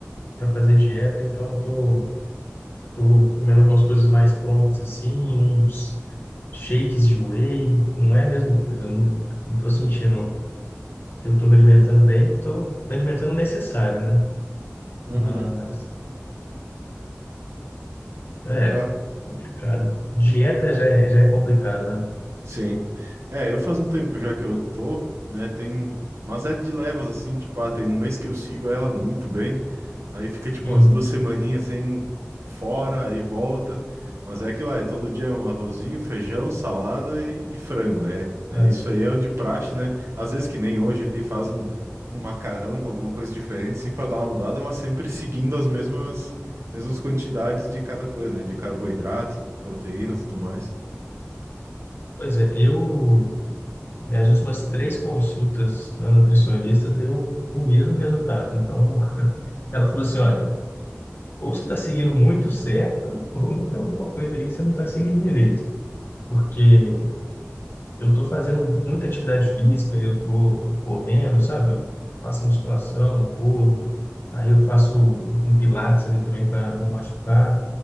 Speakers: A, on the left (about 50°); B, on the right (about 70°).
A: para fazer dieta, então estou tô, tô comendo algumas coisas mais prontas assim, uns shakes de whey, não é a mesma coisa, não, não tô sentindo Se eu estou me alimentando bem, estou me alimentando o necessário, né?
B: Uhum.
A: Mas é
B: Bah.
A: complicado. Dieta já é, já é complicado, né?
B: Sim. É, eu faz um tempo já que eu tô, né? Tem. Mas é de levas, assim, tipo, ah, tem um mês que eu sigo ela muito bem. Aí fica, tipo,
A: Uhum.
B: umas duas semaninhas sem fora, aí volta. Mas é aquilo lá, é todo dia um arrozinho, feijão, salada e, e frango. É, é
A: É.
B: isso aí, é o de praxe, né? Às vezes que nem hoje ele faz um, um macarrão com alguma coisa diferente, sim, pra dar uma mudada, mas sempre seguindo as mesmas, mesmas quantidades de cada coisa, né? De carboidrato, de proteína, tudo mais.
A: Pois é, eu minhas últimas três consultas na nutricionista deu o mesmo resultado. Então, ela falou assim, olha, ou você está seguindo muito certo, <laughs> ou tem alguma coisa aí que você não está seguindo direito, porque Eu estou fazendo muita atividade física, eu estou correndo, sabe? Eu faço musculação, corro, aí eu faço um pilates ali também para não machucar.